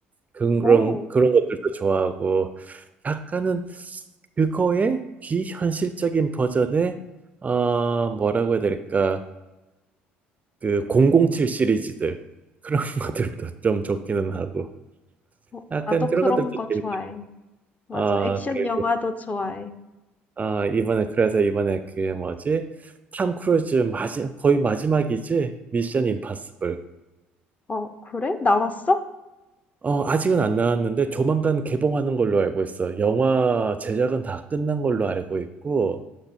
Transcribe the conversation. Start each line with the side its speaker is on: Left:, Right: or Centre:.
Right: 그런
Left: 어.
Right: 그런 것들도 좋아하고 약간은 그거의 비현실적인 버전의 어 뭐라고 해야 될까 그 007 시리즈들 그런 <laughs> 것들도 좀 좋기는 하고
Left: 어,
Right: 약간
Left: 나도
Right: 그런
Left: 그런
Right: 것들도
Left: 거
Right: 재밌어요.
Left: 좋아해. 맞아.
Right: 아
Left: 액션
Right: 그리고
Left: 영화도 좋아해.
Right: 아 이번에 그래서 이번에 그 뭐지 탐 크루즈 마지 거의 마지막이지 미션 임파서블
Left: 어, 그래? 나왔어?
Right: 어, 아직은 안 나왔는데 조만간 개봉하는 걸로 알고 있어. 영화 제작은 다 끝난 걸로 알고 있고,